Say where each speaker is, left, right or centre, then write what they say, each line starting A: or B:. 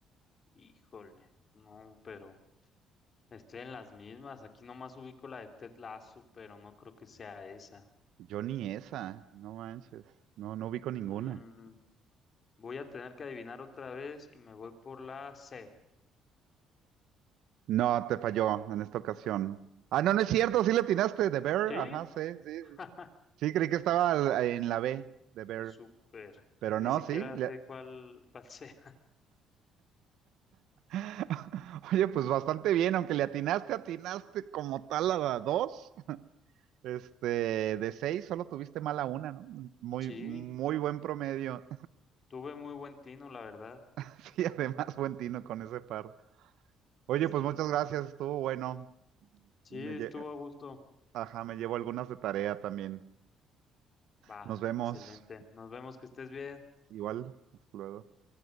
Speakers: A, on the left; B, on the right.
A: híjole, no, pero estoy en las mismas. Aquí nomás ubico la de Ted Lasso, pero no creo que sea esa.
B: Yo ni esa, no manches. No, no ubico ninguna.
A: Mm, voy a tener que adivinar otra vez y me voy por la C.
B: No, te falló en esta ocasión. Ah, no, no es cierto, sí le atinaste, The Bear,
A: Sí,
B: ajá, sí, sí. Sí,
A: <laughs>
B: Sí, creí que estaba en la B, The Bear,
A: súper.
B: pero
A: Ni
B: no,
A: siquiera
B: sí. le-
A: sé cuál, cuál <laughs> sea.
B: <laughs> Oye, pues bastante bien, aunque le atinaste, atinaste como tal a la dos. Este, de seis solo tuviste mala una, ¿no? Muy,
A: Sí,
B: muy buen promedio.
A: tuve muy buen tino, la verdad.
B: <laughs> Sí, además buen tino con ese par. Oye,
A: Sí,
B: pues muchas gracias, estuvo bueno.
A: sí,
B: Y
A: estuvo
B: me lle-
A: a gusto.
B: Ajá, me llevo algunas de tarea también.
A: Va,
B: Nos vemos.
A: excelente. Nos vemos, que estés bien.
B: Igual, hasta luego.